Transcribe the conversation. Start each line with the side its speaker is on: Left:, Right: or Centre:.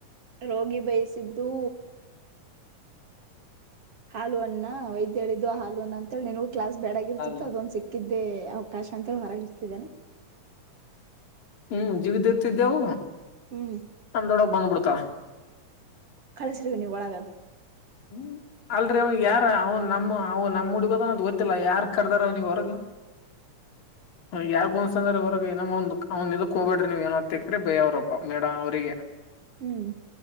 Right: ರೋಗಿ ಬಯಸಿದ್ದೂ ಹಾಲು ಅಣ ವೈದ್ಯ ಹೇಳಿದ್ದು ಹಾೂಣ ಅಂತೇಳಿ ನಿನ್ೂ ಕ್ಲಾಸ್ ಬೇಡಾಗಿರ್ತಿತ್ತು
Left: ಬಿಡ್ತಿಲ್ಲಪ್ಪಾ
Right: ಅದೊಂದ್ ಸಿಕ್ಕಿದ ಅದೇ ಅವಕಾಶ ಅಂತೇಳಿ ಹೊರಗ ಇರ್ತಿದ್ದೇನು
Left: ಹ್ಮ್ ಜೀವಿದ ಇರ್ತಿದ್ದೆವು
Right: ಹ್ಮ್
Left: ನಮ ದೊಡಗ್ ಬಂದ್ಬಿಡ್ತ
Right: ಕಳಸಿಗ ನೀವು ಒಳಗ
Left: ಹ್ಮ್ ಅಲ್ರಿೀ ಅವ್ನಿಗೆ ಯಾರ ಅವನ್ ನಮ್ಮ ಅವ ನಮ್ ಹುಡುಗದ ನ ಗೊತ್ತಿಲ್ಲ ಯಾರ್ ಕರ್ದಾರ ಅವನಗ್ ಹೊರಗ ಹೌ ಯಾರು ಕೌನ್ಸ ಅಂದ್ರೆ ಹೊರಗ ಏನಮ್ಮ ಒಂದ ಅವ್ ಇದಕ್ ಹೋಗಬೇ್ರ ನೀ್ ಏನೋ ತಕ್ರಿ ಬೇ ಅವ್ರಪ್ಪ ಮೇಡ ಅವ್ರರಿಗೆ
Right: ಹ್ಮ್